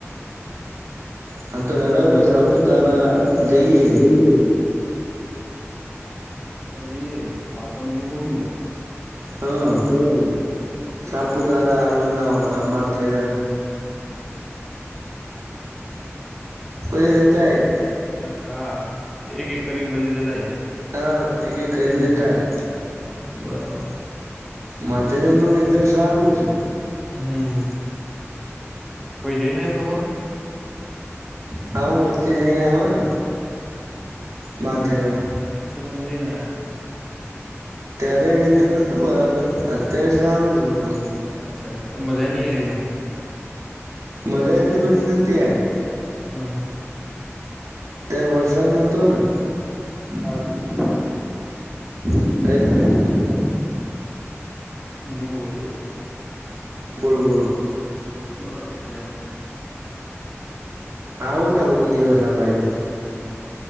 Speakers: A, on the right; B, in the centre.
A: હા તો હેડો આપડે
B: એમ તો <unintelligible>
A: સાપુતારા
B: જ્યાંથી
A: જઈએ
B: જોયે હા જઈએ આવતા મહિને ગોઠી દો
A: હા
B: હમ બરાબર
A: સાપુતારા આલવું ના ઓલા માથેરન પછી જતાાય
B: અચ્છા હા એક એક કરીને બધું જતાય
A: હા એક એક કરીને
B: હમ્મ
A: જતાય
B: બરાબર
A: માથેરાન નું વેધર સારું છે.
B: હમ્મ કોઈ જઈને આયુ તમારું
A: હા હું વચ્ચે જઈને આયો ને માથેરાન
B: અચ્છા તમ જાયને આયા
A: ત્યારે વેદન નોતું બરાબર અત્યારે સારું છે પણ
B: અચ્છા તો મજાની આય હો
A: મજા એટલી બધી નથી આઈ
B: અહ
A: અત્યારે વરસાદ નતો ને
B: હા ઠીક છે
A: <unintelligible>
B: હમ્મ બોલો બોલો
A: બોલો બોલો
B: બસ મજા
A: આવો તો કોક દિવસ આ બાજુ